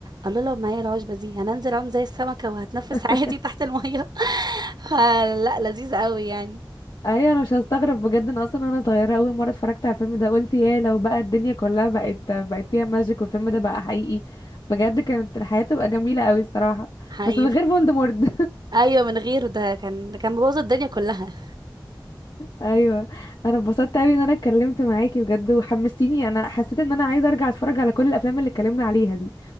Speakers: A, on the right; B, on the left.
A: الله لو معايا العشبة دي هننزل اعوم زي السمكة وهتنفس
B: <laughs>
A: <laughs> عادي تحت المية <laughs> فلا لذيذ قوي يعني
B: ايوه انا مش هستغرب بجد ان اصلا وانا صغيره اول مره اتفرجت على الفيلم ده قلت يا لو بقى الدنيا كلها بقت بقت فيها ماجيك والفيلم ده بقى حقيقي بجد كانت الحياه تبقى جميله قوي الصراحه
A: حقيقي
B: بس من غير فولدمورت <laughs>
A: ايوه من غيره ده كان ده كان مبوظ الدنيا كلها <laughs>
B: ايوه انا اتبسطت قوي ان انا اتكلمت معاكي بجد وحمستيني انا حسيت ان انا عايزه ارجع اتفرج على كل الافلام اللي اتكلمنا عليها دي